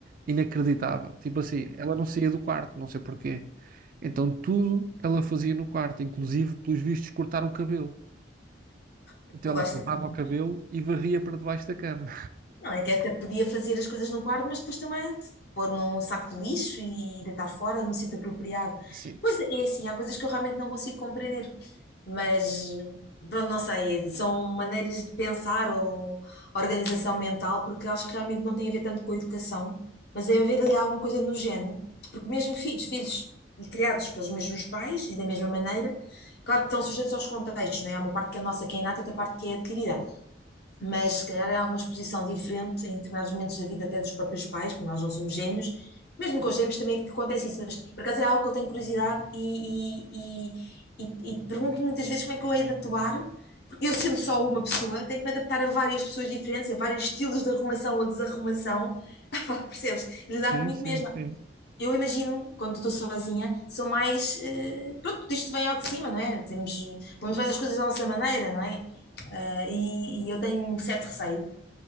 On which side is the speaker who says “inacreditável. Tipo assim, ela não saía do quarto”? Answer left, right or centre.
Right